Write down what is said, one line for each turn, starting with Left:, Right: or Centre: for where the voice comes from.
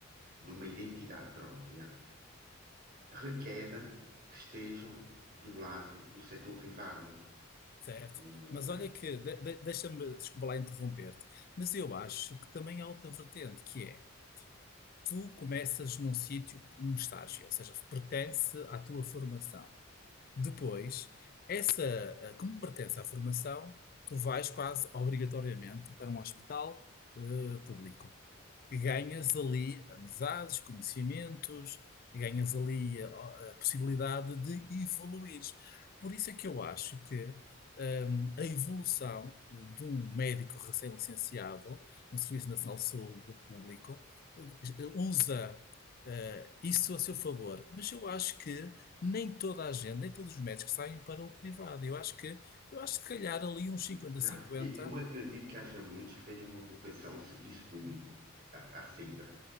Right: de uma identidade própria, requer que estejam do lado do setor privado.
Left: Certo,
Right: O,
Left: mas
Right: eh,
Left: olha que, de- de- deixa-me, desculpa lá interromper-te, mas eu acho que também há outra vertente, que é, tu começas num sítio como estágio, ou seja, pertence à tua formação. Depois, essa, eh, como pertence à formação, tu vais quase obrigatoriamente para um hospital, eh, público que ganhas ali amizades, conhecimentos, ganhas ali a, a possibilidade de evoluires. Por isso é que eu acho que hum, a evolução de um médico recém-licenciado no Serviço Nacional de Saúde Público eh, usa eh, isso a seu favor, mas eu acho que nem toda a gente, nem todos os médicos saem para o privado. Eu acho que, eu acho que se calhar ali uns 50
Right: não,
Left: cinquenta
Right: e- eu acredito que haja muitos que tenham uma vocação de serviço público. Há, há sempre.